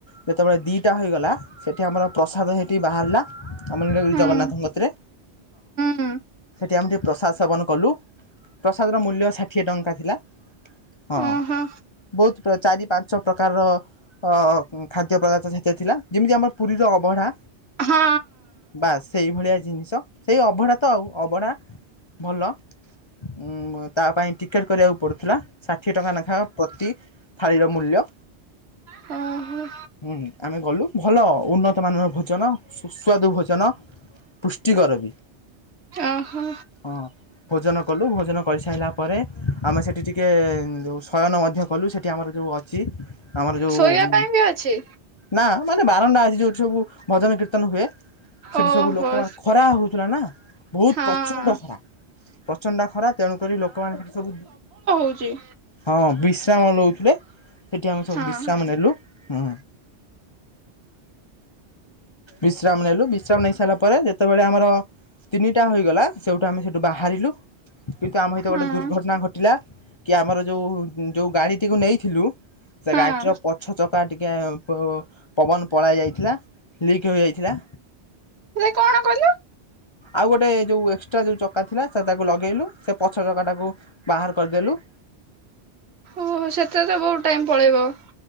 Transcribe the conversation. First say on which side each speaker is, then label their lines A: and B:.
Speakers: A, on the left; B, on the right.
A: ଯେତେବେଳେ ଦିଇଟା ହୋଇଗଲା ସେଠି ଆମର ପ୍ରସାଦ ସେଇଠି ବାହାରିଲା ଆମେ ସେଠି
B: ହୁଁ
A: ଜଗନ୍ନାଥଙ୍କ କତିରେ
B: ହୁଁ
A: ସେଠି ଆମେ ଟିକେ ପ୍ରସାଦ ସେବନ କଲୁ ପ୍ରସାଦର ମୂଲ୍ୟ ଷାଠିଏ ଟଙ୍କା ଥିଲା। ହଁ
B: ଓହୋ
A: ବହୁତ ଚାରି ପାଞ୍ଚ ପ୍ରକାରର ଅ ଖାଦ୍ୟ ପଦାର୍ଥ ସେତେରେ ଥିଲା ଯେମିତି ଆମର ପୁରୀର ଅଭଢା
B: ହଁ
A: ବାସ ସେଇ ଭଳିଆ ଜିନିଷ ସେଇ ଅଭଢା ତ ଆଉ ଅଭଢ଼ା ଭଲ ଉଁ ତା ପାଇଁ ଟିକେଟ କରିବାକୁ ପଡୁଥିଲା। ଷାଠିଏ ଟଙ୍କା ଲେଖାଏ ପ୍ରତି ଥାଳିର ମୂଲ୍ୟ।
B: ହଁ ହଁ।
A: ହୁଁ ଆମେ ଗଲୁ ଭଲ ଉନ୍ନତ ମାନର ଭୋଜନ ସୁସ୍ୱାଦୁ ଭୋଜନ ଜନ ପୁଷ୍ଟିକର ବି।
B: ଓହୋ
A: ହଁ ଭୋଜନ କଲୁ ଭୋଜନ କରି ସାରିଲା ପରେ। ଆମେ ସେଠି ଟିକେ ଯୋଉ ଶୟନ ମଧ୍ୟ କଲୁ ସେଠି ଆମର ଯୋଉ ଅଛି। ଆମର ଯୋଉ
B: ଶୋଇବା ପାଇଁ ବି ଅଛି
A: ନା ମାନେ ବାରଣ୍ଡା ଆଜି ଯୋଉଠି ସବୁ ଭଜନ କୀର୍ତ୍ତନ ହୁଏ। ସେଠି
B: ଓହୋ
A: ସବୁ ଲୋକମାନୋନ ଖରା ହଉଥିଲା ନା ବହୁତ
B: ହଁ।
A: ପ୍ରଚଣ୍ଡ ଖରା। ପ୍ରଚଣ୍ଡା ଖରା ତେଣୁ କରି ଲୋକମାନେ ସେଠି ସବୁ
B: ରଖୁଛି।
A: ହଁ ବିଶ୍ରାମ ନଉଥିଲେ ସେଠି ଆମେ ସବୁ
B: ହଁ
A: ବିଶ୍ରାମ ନେଲୁ। ହୁଁ ବିଶ୍ରାମ ନେଲୁ ବି ବିଶ୍ରାମ ନେଇ ସାରିଲା ପରେ ଯେତେବେଳେ ଆମର ତିନିଟା ହେଇଗଲା ସେଇଠୁ ଆମେ ସେଠୁ ବାହାରିଲୁ। କିନ୍ତୁ ଆମ ସହିତ
B: ହଁ
A: ଗୋଟେ ଦୁର୍ଘଟଣା ଘଟିଲା। କି ଆମର ଯୋଉ ଯୋଉ ଗାଡିଟିକୁ ନେଇଥିଲୁ। ସେ
B: ହଁ।
A: ଗାଡିଟିର ପଛ ଚକା ଟିକେ ପ ପବନ ପଳାଇ ଯାଇଥିଲା ଲିକ ହେଯାଇଥିଲା।
B: ହୁଏ କଣ କରିଲ।
A: ଆଉ ଗୋଟେ ଯେଉଁ ଏକ୍ସଟ୍ରା ଯେଉଁ ଚକା ଥିଲା ସେ ତାକୁ ଲଗେଇଲୁ ସେ ପଛ ଚକାଟାକୁ ବାହାର କରିଦେଲୁ।
B: ଓହୋ ସେଥିରେ ତ ବହୁତ ଟାଇମ ପଳେଇବ।